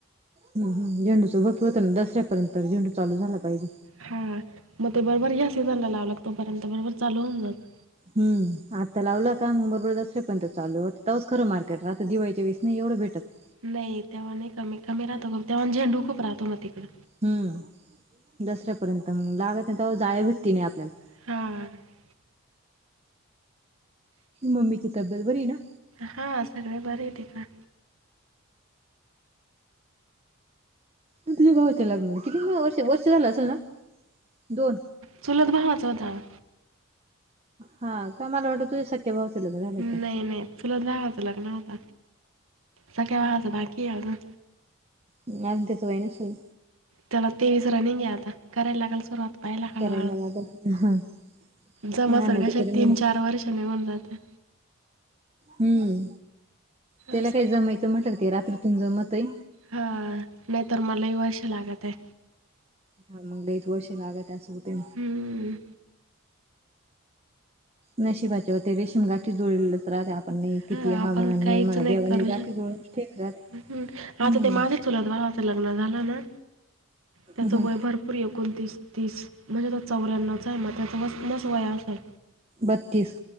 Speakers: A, on the right; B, on the right.
A: हम्म हम्म झेंडूचं होत होतना दसऱ्यापर्यंत झेंडू चालू झाला पाहिजे.
B: हा मग ते बरोबर ह्या सीझन ला लावावा लागतो तो पर्यंत बरोबर चालू होऊन जातो.
A: हम्म आता लावला का मग बरोबर दसऱ्यापर्यंत चालू होतो तवाच खंर मार्केट राहत दिवाळीच्या वेळेस नाही एवढं भेटत
B: नाही तेव्हा नाही कमी कमी राहतो तेव्हा झेंडू खूप राहतो मग तिकडं
A: हम्म दसऱ्यापर्यंत मग लागत्या ना तेव्हा जाळया भेटती नाही आपल्याला
B: हा
A: मम्मी ची तब्येत बरी आहे ना?
B: हां सगळे बर आहे तिकड.
A: तुझ्या भावाच्या लग्नाला किती वर्ष वर्ष झालं असेल ना दोन.
B: चुलत भावाचा होता.
A: हा काय मला वाटंल तुझ्या स ख्या भावाच लग्न झालं.
B: नाही
A: काय?
B: नाही चुलत भावाचं लग्न होत. सख्ख्या भावाचं बाकी आहे अजून.
A: अजून त्याच वय नसेल?
B: त्याला तेवीस रनिंग आता, करायला लागेल सुरुवात पहायला हळूहळू.
A: करायला लागल हा
B: जमसतोवर
A: ना बिचारी
B: तीन
A: मम्मी
B: चार वर्ष निघून जातात.
A: हम्म त्याला
B: असं
A: काय जमायचं म्हटलं ते रात्रीतून जमत आहे
B: हा नाहीतर मग लय वर्ष लागताय
A: हा मग लईच वर्ष लागत अस होते.
B: हम्म.
A: नशिबाच्यावर ते रेशीम गाठी जुळलं राहू दे आपण नाही किती
B: हां आपण
A: हा म्हणा
B: काहीच
A: नाही म्हणा देवाने
B: करू शक
A: गाठी जुळवूनच ठेवल्यात
B: हम्म.
A: हम्म.
B: आता ते माझ्या चुलत भावाच लग्न झालं ना त्याचं
A: हम्म
B: वय भरपू पुर एकोणतीस तीस म्हणजे तो चौऱ्याणच आहे मग त्याचा वस एवढच वय असेल.
A: बत्तीस.